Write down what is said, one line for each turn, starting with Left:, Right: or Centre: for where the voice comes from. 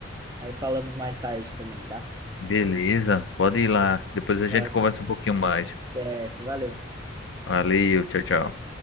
Right: Aí falamos mais tarde também, tá?
Left: Beleza, pode ir lá. Depois a
Right: Va-
Left: gente conversa um pouquinho mais.
Right: certo, valeu.
Left: Valeu, tchau, tchau.